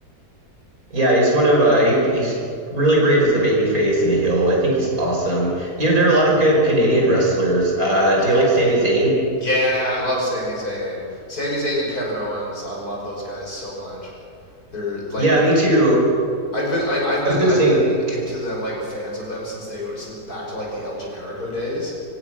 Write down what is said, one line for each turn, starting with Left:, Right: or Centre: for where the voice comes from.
Right: yeah, he's one of uh, he, he's really great as a baby face and a heel. I think he's awesome. You know, there are a lot of good Canadian wrestlers. Uh,
Left: Fantastic.
Right: do you like Sami Zayn?
Left: Yeah, I love Sami Zayn. Sami Zayn and Kevin Owens, I love those guys so much. They're like
Right: Yeah, me too.
Left: I've been I, I've been
Right: I was gonna
Left: I've
Right: say
Left: been into them like fans of them since they were since back to like the El Generico days.